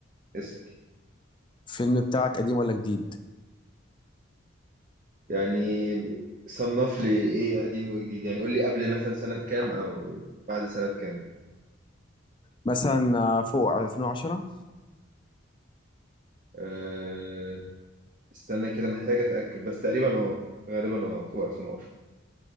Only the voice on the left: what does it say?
الفيلم بتاعك قديم ولا جديد
مثلا آه، فوق 2010